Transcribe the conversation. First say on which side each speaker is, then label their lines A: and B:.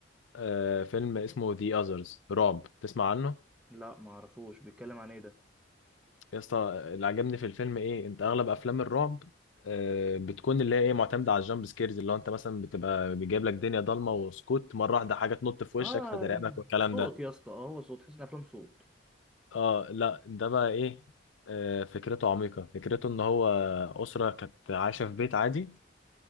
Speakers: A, on the left; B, in the centre.
A: آه فيلم اسمه The Others رعب تسمع عنه
B: لا ما اعرفوش بيتكلم عن ايه ده
A: يا اسطى اللي عجبني في الفيلم ايه انت اغلب افلام الرعب آه، بتكون اللي هي ايه معتمده على الجامب سكيرز اللي هو انت مثلا بتبقى بيجيب لك دنيا ضلمه وسكوت مره واحده حاجه تنط في وشك
B: اه
A: فترعبك والكلام
B: صوت
A: ده
B: يا اسطى اه هو صوت تحس ان افلام صوت
A: اه لا ده بقى ايه آه، فكرته عميقه فكرته ان هو اسره كانت عايشه في بيت عادي